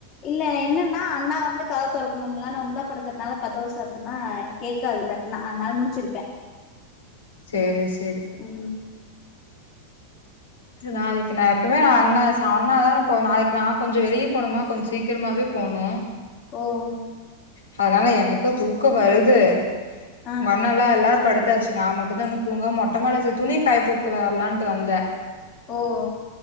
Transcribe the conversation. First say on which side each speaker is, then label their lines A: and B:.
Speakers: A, on the left; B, on the left.
A: இல்ல என்னன்னா அண்ணா வந்து கதவு தொறக்கணுல நா உள்ள படுக்கறனால கதவு சாத்துனா கேக்காது தட்னா அதனால முழிச்சுருப்பே
B: சேரி சேரி
A: உ
B: நாளைக்கு நா எப்பவுமே நா அண்ணா அண்ணாதான போவும் நாளைக்கு நா கொஞ்சோ வெளிய போனுமா கொஞ்சோ சீக்கிரமாவே போனு.
A: ஓஹ்
B: அதனால எனக்கு தூக்கோ வருது
A: ஆ
B: உங்க அண்ணா உள்ள எல்லாரு படுத்தாச்சு நா மட்டுதா இன்னு தூங்காம மொட்ட மாடில சேரி துணி காய போட்டு வரலாட்டு வந்தேன்
A: ஓஓ